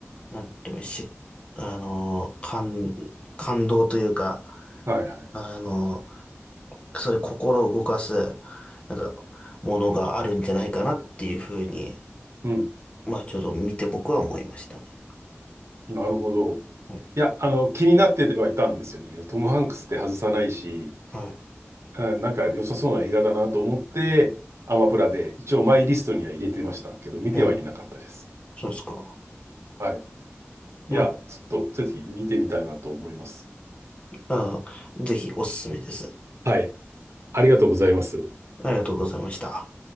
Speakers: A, on the left; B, on the right.
A: なんて言うの、し、あのー感、感動というか、
B: はい、はい。
A: あのーそういう心を動かす、なんか、ものがあるんじゃないかなっていうふうに、
B: うん。
A: まあ、ちょっと見て僕は思いましたね。
B: なるほど。
A: はい。
B: いや、あの、気になってはいたんですよね。トム・ハンクスって外さないし、
A: はい。
B: うんなんか良さそうな映画だなと思って、アマプラで一応マイリストには入れてましたけど、見てはいなかったです。
A: うん。そうですか。
B: はい。いや、
A: ま
B: ちょっとぜひ見てみたいなと思います。
A: あ、あー、ぜひおすすめです。
B: はい。ありがとうございます。
A: ありがとうございました。